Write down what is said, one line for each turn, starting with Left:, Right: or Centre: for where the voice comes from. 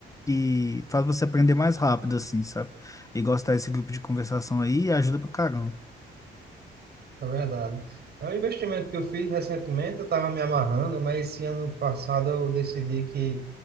Left: que faz você aprender mais rápido, assim, sabe? E gostar desse grupo de conversação aí ajuda pra caramba.
Right: É verdade. É um investimento que eu fiz recentemente, eu estava me amarrando, mas esse ano passado eu decidi que